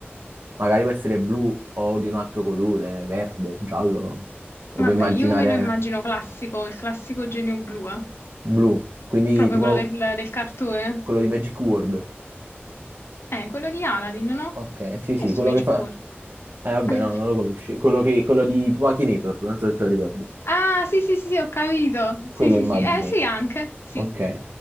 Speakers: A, on the right; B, on the left.
A: magari può essere blu o di un altro colore, verde, giallo, lo
B: vabbè,
A: puoi immaginare
B: io me lo immagino classico, il classico genio blu, eh.
A: Blu, quindi
B: Proprio
A: tipo
B: quello del, del cartone.
A: quello di Magic World.
B: Eh, quello di Aladdin, no?
A: Ok, sì,
B: Che
A: sì,
B: è su
A: quello
B: Magic
A: che fa...
B: World?
A: Eh, vabbè,
B: <laughs>
A: no, non lo conosci. Quello che... quello di tipo Akinator, non so se te lo ricordi.
B: Ah, sì, sì, sì, sì, ho capito.
A: Quello
B: Sì, sì,
A: immagini.
B: sì. Eh, sì, anche, sì.
A: Ok.